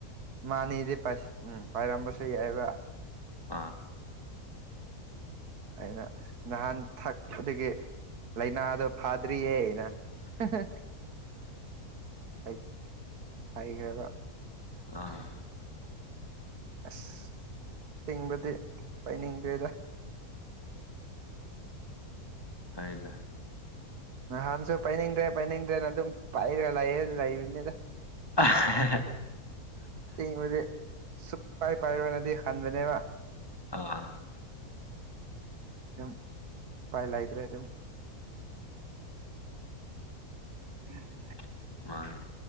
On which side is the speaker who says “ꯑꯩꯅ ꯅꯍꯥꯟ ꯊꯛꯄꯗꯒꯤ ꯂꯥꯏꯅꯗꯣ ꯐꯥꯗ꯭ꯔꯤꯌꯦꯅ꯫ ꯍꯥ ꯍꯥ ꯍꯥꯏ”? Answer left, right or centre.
Right